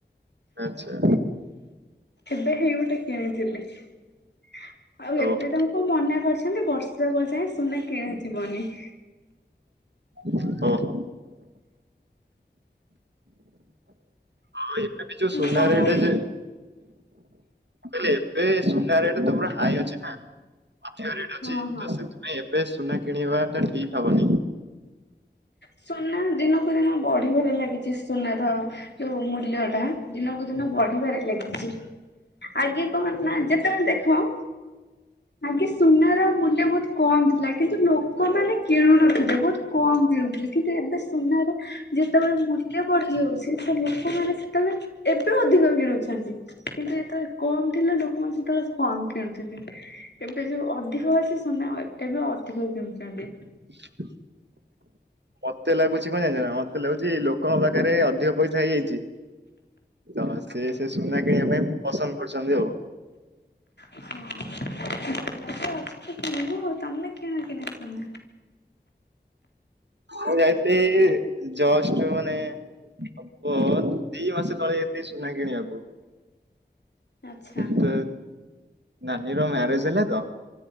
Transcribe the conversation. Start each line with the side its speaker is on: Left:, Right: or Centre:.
Right: ଆଚ୍ଛା।
Left: ଏବେ ହେଇ ଗୋଟେ କିଣିଥିଲି ଆଉ
Right: ଓହୋ
Left: ଏବେ ତାଙ୍କୁ ମନା କରି ମାନେ ବର୍ଷା ପଯାଏ ସୁନା କିଣା ଯିବନି।
Right: <inaudible> ହଁ ଏବେ ଯୋଉ ସୁନା
Left: ତମର
Right: ରେଟ୍ ଯେ କଲେ ଏବେ ସୁନା ରେଟ ତ ପୁର ହାଇ ଅଛି ନା। ଅଧିକ ରେଟ୍ ଅଛି
Left: ହଁ ହଁ
Right: ତ ସେଥିପାଇଁ ଏବେ ସୁନା କିଣିବା ଟା ଠିକ ହବନି।
Left: ସୁନା ଦିନକୁ ଦିନ ବଢିବାରେ ଲାଗିଛି ସୁନାର ଯୋଉ ମୂଲ୍ୟ ଟା ଦିନକୁ ଦିନ ବଢିବାରେ ଲାଗିଛି। ଆଗେ କହନ ନା ଯେତେବେଳେ ଦେଖ। ଆଗେ ସୁନାର ମୂଲ୍ୟ ବହୁତ କମ ଥିଲା କିନ୍ତୁ ଲୋକମାନେ କିଣୁନଥିଲେ ବହୁତ କମ୍ ଯାଉ କିନ୍ତୁ ଏବେ ସୁନାର ଯେତେବେଳେ ମୂଲ୍ୟ ବଢିଯାଉଛି ସେ ଲୋକମାନେ ସେତେବେଳେ ଏବେ ଅଧିକ କିଣୁଛନ୍ତି। କିନ୍ତୁ ଏତେବେଳେ କମ୍ ଥିଲା ଲୋକମାନେ ସେତେବେଳେ କମ୍ କିଣୁଥିଲେ। ଏବେ ଯୋଉ ଅଧିକ ଅଛି ସୁନା ଏବେ ଅଧିକ କିଣିଛନ୍ତି।
Right: ହ ମତେ ଲାଗୁଛି କଣ ଜାଣିଛ ନା ମତେ ଲାଗୁଛି ଲୋକଙ୍କ ପାଖରେ ଅଧିକ ପଇସା ହେଇଯାଇଛି। ତ ସେ ସେ ସୁନା କିଣିବା ପାଇଁ ପସନ୍ଦ କରୁଛନ୍ତି ଆଉ।
Left: ହଁ ଯା ପାଖରେ ଅଛି ତ କିଣିବ ଆଉ ତମେ କିଣ କି ନାଇ ସୁନା।
Right: ମୁଁ ଯାଇଥିଲି ଯୋଷ୍ଟ ମାନେ ହବ ଦି ମାସ ତଳେ ଯାଉଥିଲି ସୁନା କିଣିବାକୁ।
Left: ଆଚ୍ଛା
Right: ତ ନାନୀର ମ୍ୟାରେଜ ହେଲେ ତ।